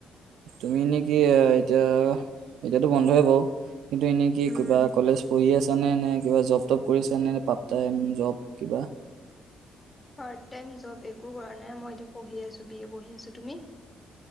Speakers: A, on the right; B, on the left.
A: তুমি এনেই কি এতিয়া এতিয়াতো বন্ধ‌ই হব। কিন্তু এনেই কি
B: উম
A: কিবা কলেজ পঢ়ি আছা নে নে কিবা জব টব কৰি আছা নে নে পাৰ্ট টাইম জব। কিবা।
B: পাৰ্ট টাইম জব একো কৰা নাই মই এতিয়া পঢ়ি আছো বি এ পঢ়ি আছো, তুমি?